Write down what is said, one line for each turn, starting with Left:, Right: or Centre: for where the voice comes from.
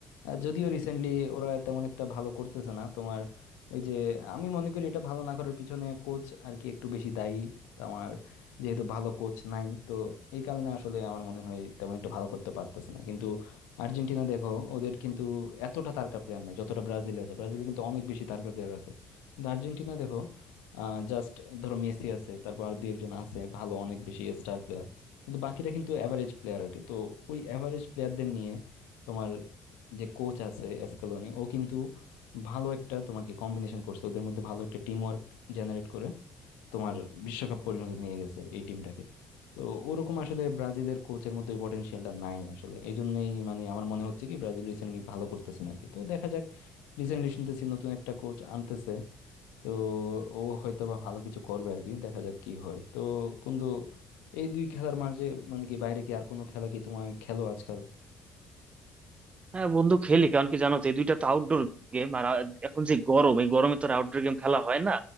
Left: আহ, যদিও রিসেন্টলি ওরা তেমন একটা ভালো করতেছে না তোমার ওই যে আমি মনে করি এটা ভালো না করার পিছনে কোচ আর কি একটু বেশি দায়ী তোমার যেহেতু ভালো কোচ নাই তো এই কারণে আসলে আমার মনে হয় তেমন একটা ভালো করতে পারতেছে না কিন্তু আর্জেন্টিনা দেখো ওদের কিন্তু এতটা তারকা প্লেয়ার নাই যতটা ব্রাজিল আছে ব্রাজিলে কিন্তু অনেক বেশি তারকা প্লেয়ার আছে কিন্তু আর্জেন্টিনা দেখো জাস্ট ধরো মেসি আছে তারপর আর দুই একজন আছে ভালো অনেক বেশি স্টার প্লেয়ার কিন্তু বাকিরা কিন্তু এভারেজ প্লেয়ার আর কি তো ওই এভারেজ প্লেয়ারদের নিয়ে তোমার যে কোচ আছে এসকালোনি ও কিন্তু ভালো একটা তোমার কি কম্বিনেশন করছে ওদের মধ্যে ভালো একটা টিম ওয়ার্ক জেনারেট করে তোমার বিশ্বকাপ পর্যন্ত নিয়ে গেছে এই টিমটাকে তো ওরকম আসলে ব্রাজিলের কোচের মধ্যে পটেনশিয়ালটা নাই আসলে এই জন্যই মানে আমার মনে হচ্ছে কি ব্রাজিল রিসেন্টলি ভালো করতেছে না আর কি তো দেখা যাক রিসেন্টলি শুনতেছি নতুন একটা কোচ আনতেছে তো ও হয়তো বা ভালো কিছু করবে আর কি দেখা যাক কি হয় তো বন্ধু এই দুই খেলার মাঝে মানে কি বাইরে কি আর কোনো খেলা কি তোমায় খেলো আজকাল
Right: হ্যাঁ বন্ধু খেলি কারণ কি জানো তো এই দুইটা তো আউটডোর গেম আর আ- এখন যে গরম এই গরমে তো আর আউটডোর গেম খেলা হয় না